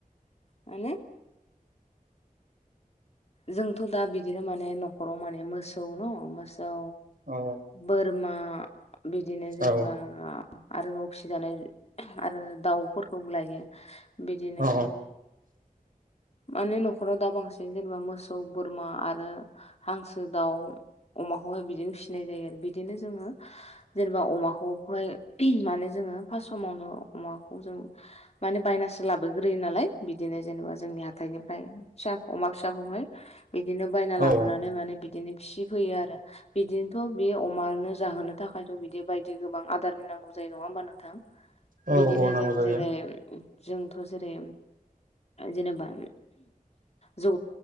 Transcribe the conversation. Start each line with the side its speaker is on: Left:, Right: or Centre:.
Left: माने जोंथ' दा बिदिनो माने न'खराव माने मोसौ न' मोसौ
Right: औ
Left: बोरमा बिदिनो जेनेबा
Right: औ
Left: आरो न'फिजानाय आरो दाउफोरखौ लायो बिदिनो
Right: औ
Left: माने न'खराव दा बांसिन जेनेबा मोसौ, बोरमा आरो हांसो दाउ अमाखौहाय बिदिनो फिसिनाय जायो आरो बिदिनो जोङो जेनेबा अमाखौहाय माने जोङो फास समावनो अमाखौ जों माने बायनासो लाबोग्रोयो नालाय बिदिनो जेनेबा जोंनि हाथायनिफ्राय फिसा अमा फिसाखौहाय बिदिनो बायना लाबोनानै
Right: औ
Left: माने बिदिनो फिसिफैयो आरो बिदिनोथ' बे अमानो जाहोनो थाखायथ' बिदि बायदि गोबां आदारनि नांगौ जायो नङा होमबा नोंथां।
Right: औ
Left: बिदिनो
Right: औ नांगौ
Left: जों
Right: जायो
Left: जेरै जोंथ' जेरै जेनेबा जौ